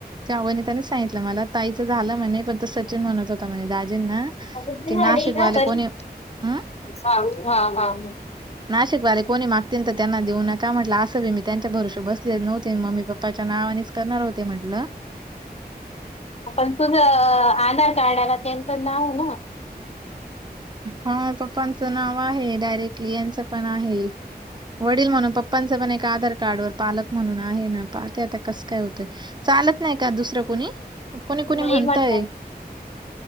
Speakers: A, on the right; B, on the left.
A: तेव्हा वनितानी सांगितलं मला ताईचं झालं म्हणे पण तो सचिन म्हणत होता म्हणे दाजींना,
B: <unintelligible>
A: की नाशिकवाले कोणी हं नाशिकवाले कोणी मागतील तर त्यांना देऊ नका, म्हटलं असं बी मी त्यांच्या भरोशाव बसलेच नव्हते मम्मी, पप पाच्या नावानेच करणार होते म्हंटलं.
B: आ पण तुझं आधारकार्डाला त्यांचं नावये ना.
A: हा पप्पांचं नाव आहे, डायरेक्टली याचं पण आहे. वडील म्हणून पप्पांचा पण एक आधारकार्डवर पालक म्हणून आहे ना, पाहते ते आता कसं काय होतय. चालत नाही का दुसरं कुणी? कुणी कुणी
B: नाही
A: म्हणताय
B: म्हटलं